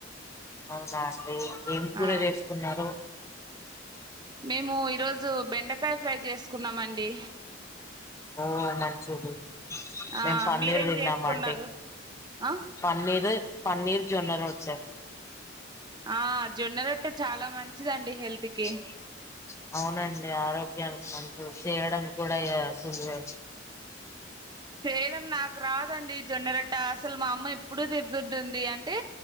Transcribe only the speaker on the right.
ఆ
మేము ఈరోజు బెండకాయ ఫ్రై చేసుకున్నామండి.
ఆ
మీరేం
చేసుకున్నారు ఆ
ఆ జొన్నరట్టే చాలా మంచిదండి హెల్త్ కి
చేయడం నాకు రాదండి జొన్నరొట్టా అసలు మా అమ్మ ఎప్పుడూ తిడుతుంటుంది అన్ అంటే